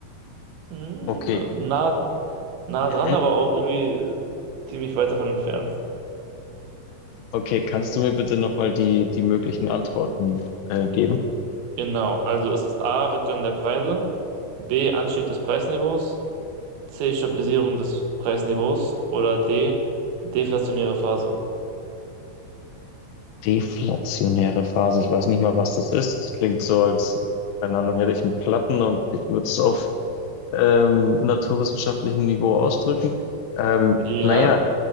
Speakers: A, on the right; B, on the left.
A: Hm,
B: okay.
A: na, Nah
B: Mhm.
A: dran, aber auch irgendwie ziemlich weit davon entfernt.
B: Okay, kannst du mir bitte nochmal die, die möglichen Antworten äh, geben?
A: Genau, also ist es A, Rückgang der Preise, B, Anstieg des Preisniveaus, C, Stabilisierung des Preisniveaus oder D, deflationäre Phase.
B: Deflationäre Phase. Ich weiß nicht mal, was das ist. Das klingt so, als, keine Ahnung, hätte ich einen Platten und ich würde es auf ähm, naturwissenschaftlichem Niveau ausdrücken. Ähm,
A: Ja,
B: naja,